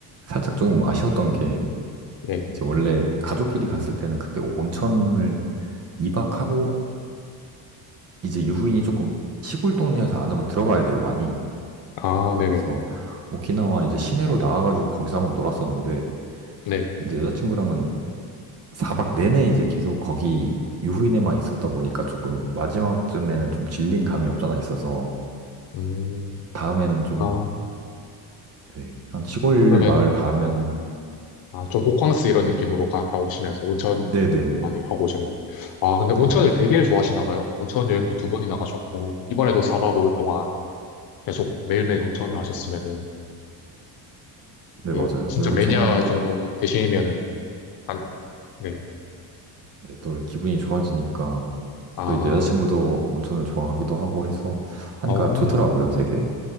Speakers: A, on the right (about 35°); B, on the left (about 55°).
A: 살짝 조금 아쉬웠던 게
B: 네.
A: 이제 원래 가족끼리 갔을 때는 그때 온천을 2박하고 이제 유후인이 조금 시골 동네에서 안으로 들어가야 돼요, 많이.
B: 아,
A: 그래서
B: 네네.
A: 오키나와 이제 시내로 나와가지고 거기서 한번 놀았었는데
B: 네.
A: 이제 여자친구랑은 사박 내내 이제 계속 거기 유후인에만 있었다 보니까 조금 마지막쯤에는 좀 질린 감이 없잖아 있어서
B: 음,
A: 다음에는 좀
B: 아,
A: 네, 한 시골
B: 아, 그러면,
A: 마을 가면은
B: 아, 아, 좀 호캉스 이런 느낌으로 갔다 오시면서 온천을
A: 네네
B: 많이 하고 오셨나? 아, 근데
A: 네,
B: 온천을 되게 좋아하시나 봐요. 온천 여행도 두 번이나 가셨고, 이번에도 4박 5일 동안 계속 매일매일 온천을 하셨으면은,
A: 네
B: 이게
A: 맞아요.
B: 진짜
A: 그 온천하면
B: 매니아
A: 또,
B: 정도 되시면은, 안, 네.
A: 네, 또 기분이 좋아지니까
B: 아,
A: 또 이제 여자친구도 온천을 좋아하기도 하고 해서 하니까
B: 어,
A: 좋더라고요, 되게.